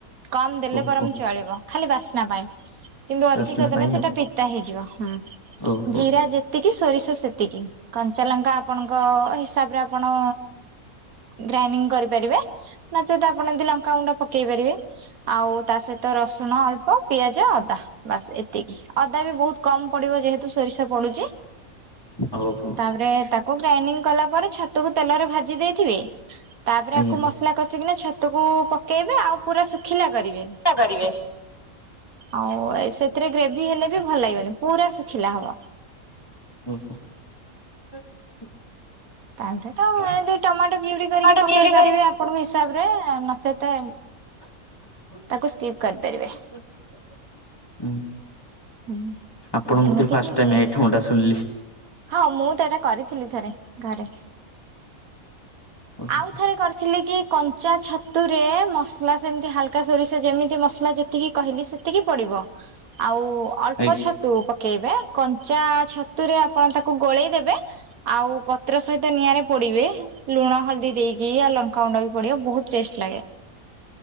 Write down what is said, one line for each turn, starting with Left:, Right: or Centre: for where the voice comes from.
Right: କମ୍ ଦେଲେ
Left: ଓହୋ
Right: ବରଂ ଚଳିବ ଖାଲି ବାସ୍ନା ପାଇଁ। କିନ୍ତୁ ଅଧିକ
Left: ବାସ୍ନା
Right: ଦେଲେ
Left: ପାଇଁ
Right: ସେଟା
Left: ଆଉ
Right: ପିତା ହେଇଯିବ ହୁଁ
Left: ଓହୋ।
Right: ଜିରା ଯେ ସେତିକି ସୋରିଷ ସେତିକି କଞ୍ଚା ଲଙ୍କା ଆପଣଙ୍କ ହିସାବରେ ଆପଣ ଗ୍ରାଇଣ୍ଡିଙ୍ଗ କରିପାରିବେ ନଚେତ ଆପଣ ଯଦି ଲଙ୍କା ଗୁଣ୍ଡ ପକେଇ ପାରିବେ। ଆଉ ତା ସହିତ ରସୁଣ ଅଳ୍ପ ପିଆଜ ଅଦା ବାସ୍ ଏତିକି। ଅଦା ବି ବହୁତ କମ ପଡିବ ଯେହେତୁ ସୋରିଷ ପଡୁଛି
Left: ଓହୋ
Right: ତାପରେ ତାକୁ ଗ୍ରାଇଣ୍ଡିଙ୍ଗ କଲା ପରେ ଛତକୁ ତେଲରେ ଭାଜି ଦେଇଥିବେ ତାପରେ
Left: ଆଜ୍ଞା
Right: ଆକୁ ମସଲା କସିକିନା ଛତକୁ ପକେଇବେ ଆଉ ପୁରା ଶୁଖିଲା କରିବେ।
Left: ଟା କରିବେ
Right: ଆଉ ସେଥିରେ ଗ୍ରେଭି ହେଲେ ବି ଭଲ ଲାଗିବନି ପୁରା ଶୁଖିଲା ହବ
Left: ଓହୋ <unintelligible>
Right: <unintelligible> ଏମିତି ଟମାଟୋ ପିଉରି କରିକି
Left: ଟମାଟୋ
Right: ପକେଇ
Left: ପ୍ୟୁରି
Right: ପାରିବେ
Left: କରିବେ।
Right: ଆପଣଙ୍କ ହିସାବରେ ନଚେତ
Left: ହୁଁ
Right: ତାକୁ ସ୍କିପ୍ କରିପାରିବେ ହୁଁ
Left: ଆପଣଙ୍କ
Right: ଏମିତି
Left: କତୁରୁ ଫାଷ୍ଟ
Right: ହିଁ ହୁଏ।
Left: ଟାଇମ୍ ଆଇଟମଟା ଶୁଣିଲି
Right: ହଁ ମୁଁ ତ ଏଟା କରିଥିଲି ଥରେ ଘରେ
Left: ଓହୋ
Right: ଆଉ ଥରେ କରିଥିଲି କି କଞ୍ଚା ଛତୁରେ ମସଲା ସେମିତି ହାଲକା ସୋରିଷ ଯେମିତି ମସଲା ଯେତିକି କହିଲି ସେତିକି ପଡିବ ଆଉ ଅଳ୍ପ
Left: ଏଇ
Right: ଛ ତୁ ପକେଇବେ କଞ୍ଚା ଛତୁରେ ଆପଣ ତାକୁ ଗୋଳେଇ ଦେବେ ଆଉ ପତ୍ର ସହିତ ନିଆଁରେ ପୋଡିବେ ଲୁଣ ହଳଦୀ ଦେଇକି ଆଉ ଲଙ୍କାୁଗୁଣ୍ଡ ବି ପଡିବ ବହୁତ ଟେଷ୍ଟ ଲାଗେ।